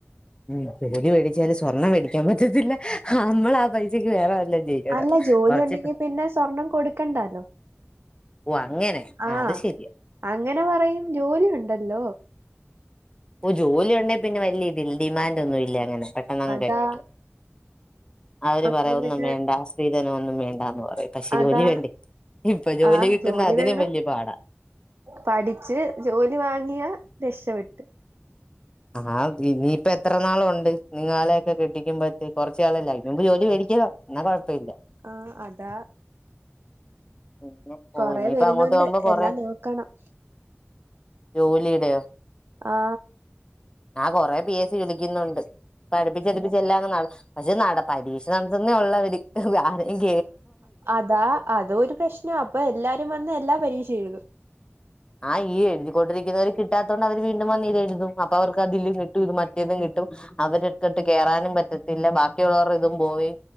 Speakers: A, on the left (about 20°); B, on the right (about 65°).
A: ഉം ജോലി മേടിച്ചാല് സ്വർണ്ണം മേടിക്കാൻ പറ്റത്തില്ല ഹമ്മളാ പൈസക്ക് വേറെ വല്ലോം ചെയ്യണം
B: അല്ല ജോലി
A: കൊറച്ച്
B: ഒണ്ടെങ്കി പിന്നെ സ്വർണം കൊടുക്കണ്ടാലോ.
A: ഓ അങ്ങനെ
B: ആ
A: അത് ശരിയാ
B: അങ്ങനെ പറയും ജോലി ഒണ്ടല്ലോ.
A: ഓ ജോലി ഒണ്ടെ പിന്നെ വെല്ല്യ ഇതിൽ ഡിമാൻഡ് ഒന്നും ഇല്ല അങ്ങനെ പെട്ടെന്നങ്ങ്
B: അതാ
A: കെട്ടിക്കോ. അവര്
B: അപ്പൊ
A: പറയും ഒന്നും
B: പിന്നെ
A: വേണ്ട സ്രീധനൊന്നും വേണ്ടാന്ന് പറയും പക്ഷെ
B: അതാ
A: ജോലി വേണ്ടേ? ഇപ്പ ജോലി
B: ആ
A: കിട്ടുന്ന അതിനും
B: വേണം
A: വല്യ പാടാ.
B: പഠിച്ച് ജോലി വാങ്ങിയാ രക്ഷപെട്ട്.
A: ആ ഇനീയിപ്പ എത്ര നാളൊണ്ട് നിങ്ങലയൊക്കെ കെട്ടിക്കുമ്പഴത്തെ കൊറച്ചാളല്ല അയിന് മുമ്പ് ജോലി വേടിക്ക. ച്ചോ എന്നാ കൊഴപ്പില്ല.
B: ആ അതാ
A: പിന്നെ ഓ
B: കൊറെ
A: ഇനിയിപ്പ
B: വരുന്നുണ്ട്
A: അങ്ങോട്ട് പോകുമ്പോ കൊറെ
B: എല്ലാം നോക്കണം
A: ജോലിടെയോ?
B: ആ
A: ആ കൊറേ പി എസ് സി വിളിക്കുന്നുണ്ട് പ്പഠിപ്പിച്ചടിപ്പിച്ച
B: അത
A: എല്ലാങ്ങ് ന പഷെ നട പരീക്ഷ നടത്തന്നെ ഒള്ളവര് അതിര്
B: അതാ അതോരു പ്രശ്നാ അപ്പ എല്ലാരും വന്ന് എല്ലാ പരീക്ഷ എഴുതും.
A: ആ ഈ എഴുതിക്കൊണ്ടിരിക്കുന്നവർ കിട്ടാത്തൊണ്ട് അവര് വീണ്ടും വന്നിതെഴുതും അപ്പവർക്ക് അതിലും കിട്ടും ഇത് മറ്റേതും കിട്ടും. ട്ടും അവരെടുത്തിട്ട് കേറാനും പറ്റത്തില്ല ബാക്കിയൊള്ളവർയിതും പോയി.